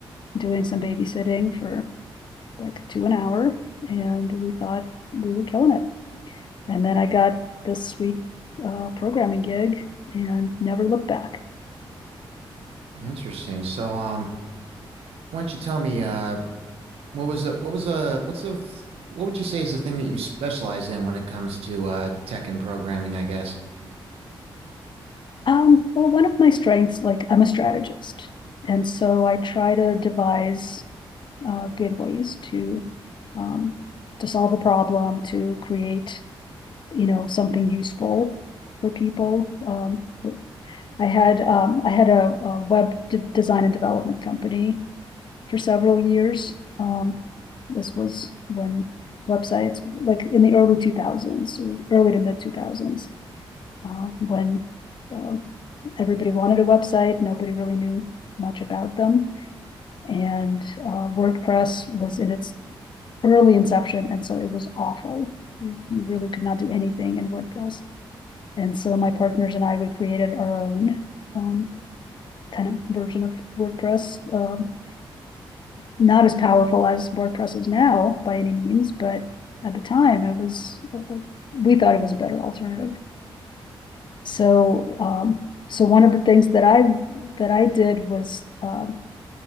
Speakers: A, on the left; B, on the right.
A: doing some babysitting for like two an hour, and we thought we were killing it. And then I got this sweet uh, programming gig and never looked back.
B: interesting. So, um, why don't you tell me, uh, what was the, what was the, what's the, th what would you say is the thing that you specialize in when it comes to, uh, tech and programming, I guess?
A: Um, well, one of my strengths, like I'm a strategist, and so I try to devise uh, good ways to um, to solve a problem, to create you know something useful for people. Um, I had um, I had a, a web de- design and development company for several years. Um, this was when websites, like in the early two thousands, early to mid two thousands, uh, when uh, everybody wanted a website, nobody really knew much about them, and uh, WordPress was in its early inception, and so it was awful. You, you really could not do anything in WordPress, and so my partners and I we created our own um, kind of version of WordPress. Um, not as powerful as WordPress is now by any means, but at the time it was we thought it was a better alternative. So um, so one of the things that I that I did was um,